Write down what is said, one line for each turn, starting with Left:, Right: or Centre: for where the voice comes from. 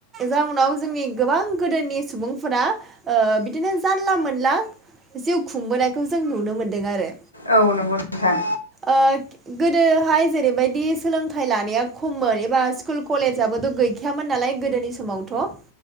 Right: जाउनाव जोंनि गोबां गोदोनि सुबुं फोरा ओ बिदिनो जानला मोनला जिउ खुंबोनायखौ जों नुनो मोनदों आरो
Left: औ नंगौ नोंथां
Right: ओ गोदोहाय जेरैबायदि सोलोंथाइ लानाया खममोन एबा स्कुल कलेजाबोथ गै खायामोन नालाय गोदोनि समावथ'